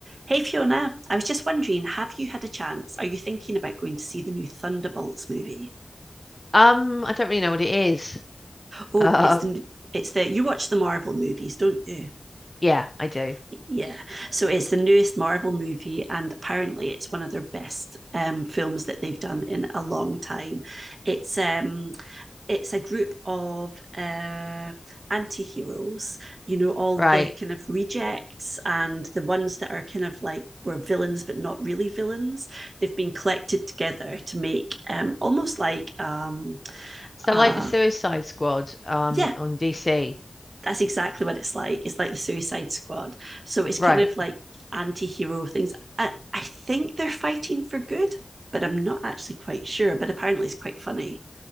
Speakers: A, on the right (about 75°); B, on the left (about 25°).
A: Hey Fiona, I was just wondering, have you had a chance? Are you thinking about going to see the new Thunderbolts movie?
B: Um, I don't really know what it is.
A: Oh,
B: Um,
A: it's the it's the you watch the Marvel movies, don't you?
B: yeah, I do.
A: Yeah. So it's the newest Marvel movie, and apparently it's one of their best um, films that they've done in a long time. It's um, it's a group of uh, anti-heroes you know all
B: Right.
A: the kind of rejects and the ones that are kind of like were villains but not really villains they've been collected together to make um, almost like um,
B: So
A: uh,
B: like the Suicide Squad, um,
A: yeah
B: on DC.
A: that's exactly what it's like. It's like the Suicide Squad. So it's
B: Right,
A: kind of like anti-hero things. I, I think they're fighting for good, but I'm not actually quite sure. But apparently, it's quite funny.